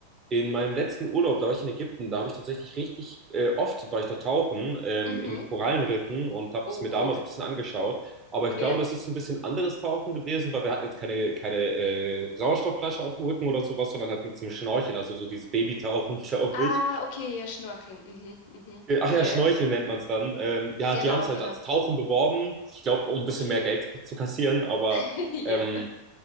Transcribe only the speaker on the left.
Mhm.
Oh,
cool.
ja
Ah,
okay, ja, Schnorcheln. Mhm, mhm.
Yeah.
Genau,
genau.
Okay.
<laughs> Ja.